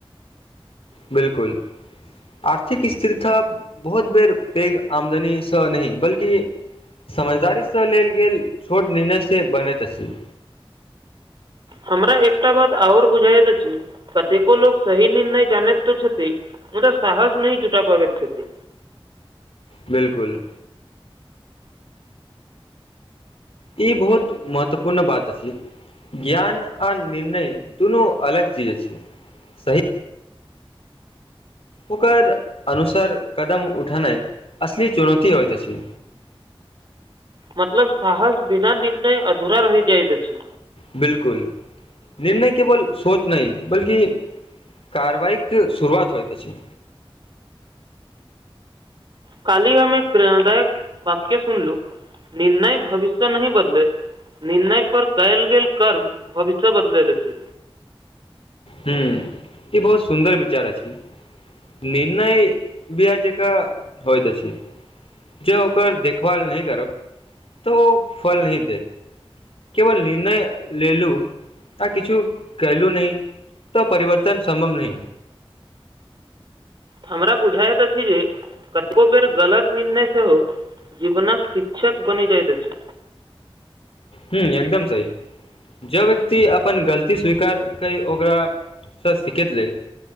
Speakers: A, on the left; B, on the right.
A: बिलकुल आर्थिक स्थिरता बहुत बेर पेघ आमदनीसँ नहि बल्कि समझदारीसँ लेल गेल छोट निर्णय से बनैत अछि
B: हमरा एकटा बात आओर बुझायइत अछि कतेको लोक सही निर्णय जानैत तो छथि मुदा साहस नै जूटा पाबे छथिन
A: बिलकुल ई बहुत महत्वपूर्ण बात अछि ज्ञान आ निर्णय दुनू अलग चीज अछि सही ओकर अनुसार कदम उठेनाइ असली चुनौती होइत अछि
B: मतलब साहस बिना निर्णय अधूरा रहि जाइत अछि
A: बिलकुल निर्णय केवल सोच नहि बल्कि कारवाइक शुरुआत होइत अछि
B: काली हम एक प्रेरणादायक वाक्य सुनलु निर्णय भविष्य नहि बदले निर्णय पर कयल गेल कर्म भविष्य बदले रहै
A: हूॅं ई बहुत सुन्दर विचार अछि निर्णय भी आ जेका होइत अछि जे ओकर देखभाल नहि करब तऽ ओ फल नहि देत केवल निर्णय लेलू आ किछु कइलू नैह तऽ परिवर्तन सम्भम नहि
B: हमरा बुझाइत अछि जे कतबो बेर गलत निर्णय सेहो जीवनक शिक्षक बनि जाइत अछि
A: हूॅं एकदम सही जँ व्यक्ति अपन गलती स्वीकार करी ओकरासँ सिखैत लेल